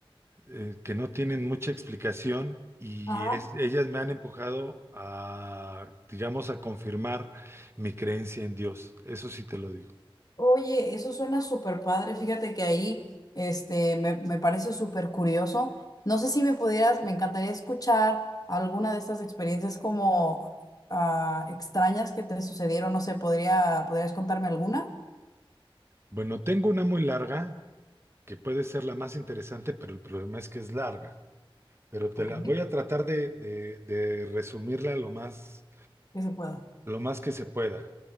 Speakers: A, on the right; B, on the left.
A: eh, que no tienen mucha explicación y
B: Ajá.
A: es- ellas me han empujado a, digamos, a confirmar mi creencia en Dios. Eso sí te lo digo.
B: Oye, eso suena súper padre. Fíjate que ahí este, me, me parece súper curioso. No sé si me pudieras, me encantaría escuchar alguna de estas experiencias como ah, extrañas que te sucedieron. No sé, ¿podría, podrías contarme alguna?
A: Bueno, tengo una muy larga, que puede ser la más interesante, pero el problema es que es larga. pero te
B: Ok.
A: la voy a tratar de, de- de resumirla lo más,
B: Que se pueda.
A: lo más que se pueda.